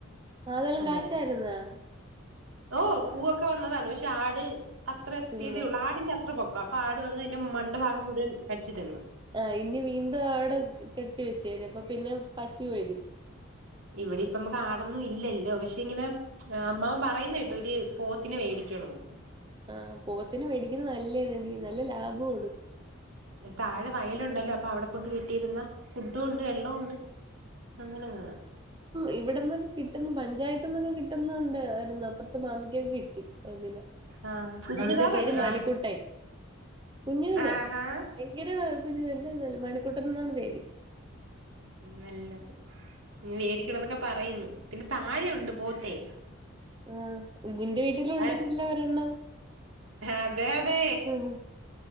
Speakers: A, on the right; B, on the right.
A: മാതളം
B: അങ്ങനെ
A: കായ്ചാരുന്നോ
B: ഓ പൂവൊക്കെ വന്നതാണ് പക്ഷെ ആട് അത്ര എത്തിയതേയുള്ളൂ
A: തിന്നോ
B: ആടിന്റെ അത്ര പൊക്കം അപ്പൊ ആട് വന്ന് അതിന്റെ മണ്ട ഭാഗം മുഴുവൻ കടിച്ച് തിന്ന്
A: ആഹ് ഇനി വീണ്ടും അവിടെ കെട്ടി വെച്ചേര് അപ്പൊ പിന്നെ പശു വരും
B: ഇവിടെ ഇപ്പ നമ്മക്ക് കാടൊന്നും ഇല്ലല്ലോ പക്ഷെ ഇങ്ങനെ അമ്മാ പറയുന്ന കേട്ടോ ഒര് പോത്തിന് മേടിക്കണോന്നു
A: ആഹ് പോത്തിന് മേടിക്കുന്ന നല്ലാണടിനല്ല ലാഭണ്
B: താഴെ വയലുണ്ടല്ലോ അപ്പൊ അവിടെ കൊണ്ട് കിട്ടിയിരുന്ന ഫുഡും ഉണ്ട് വെള്ളവും ഉണ്ട് അങ്ങനെ അങ്ങന
A: ഇഇവിടന്നൊക്കെ കിട്ടുന്നു പഞ്ചായത്ത്ന്നൊക്കെ കിട്ടുന്നുണ്ട് യിരുന്നു അപ്പുറത്ത് മാമിക്കൊക്കെ കിട്ടി ഒന്നിനെ
B: ആഹ് കുഞ്ഞിതാ
A: അതിന്റെ പേര്
B: വലുതാ
A: മണിക്കുട്ടൻ കുഞ്ഞു പിന്നെ
B: ആഹാ
A: ഭയങ്കര കുഞ്ഞു വല്ല ഒന്നുംല്ല മണിക്കുട്ടനന്നാണ് പേര്
B: നല്ലത് ഇ വേടിക്കണ എന്നൊക്കെ പറയുന്നു പിന്നെ താഴെണ്ട് പോത്തേ
A: ആഹ് നിന്റെ വീട്ടില
B: താഴെ
A: ഉണ്ടല്ലോ ഒരെണ്ണം
B: അതെ അതെ
A: ആഹ്